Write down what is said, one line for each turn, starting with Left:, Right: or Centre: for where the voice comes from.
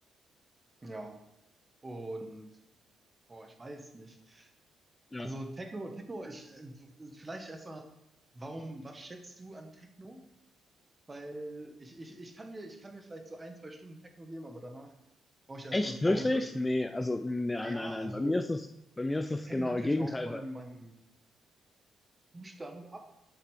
Right: ja, und boah, ich weiß nicht.
Left: ja.
Right: Also Techno, Techno, ich äh, vielleicht erstmal, warum, was schätzt du an Techno? Weil ich, ich, ich kann mir, ich kann mir vielleicht so ein, zwei Stunden Techno geben, aber danach brauche ich erstmal
Left: Echt,
Right: eine Pause.
Left: wirklich? Nee, also nee,
Right: Naja,
Left: nein, nein, nein.
Right: also
Left: Bei mir ist es, bei mir
Right: es,
Left: ist
Right: es
Left: es
Right: hängt
Left: genau
Right: natürlich
Left: das genaue Gegenteil,
Right: auch von
Left: weil,
Right: meinem Zustand ab,